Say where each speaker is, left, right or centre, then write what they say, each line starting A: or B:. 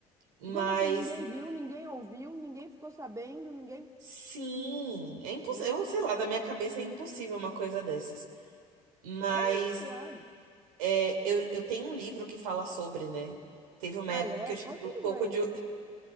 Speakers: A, on the right; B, on the right.
A: Mas
B: Como assim, ninguém viu, ninguém ouviu, ninguém ficou sabendo, ninguém,
A: sim, é impossível.
B: né?
A: Eu sei lá, na minha cabeça é impossível uma coisa dessas. Mas.
B: É isso, é.
A: É, eu, eu tenho um livro que fala sobre, né? Teve uma
B: Ah,
A: época
B: é?
A: que eu tive
B: Qual que
A: um pouco
B: livro é
A: de.
B: esse?